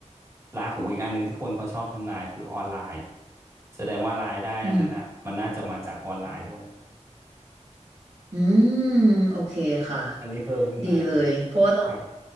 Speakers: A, on the right; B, on the right.
A: ราหูอีกอันหนึ่งที่คนเขาชอบทำนายคือออนไลน์แสดงว่ารายได้อันนั้นอ่ะมันน่าจะมาจากออนไลน์ด้วย
B: ืมอืมโอเคค่ะ
A: อันนี้เพิ่มขึ้นมาเนาะ
B: ดีเลยเพราะว่าตอน
A: ครับ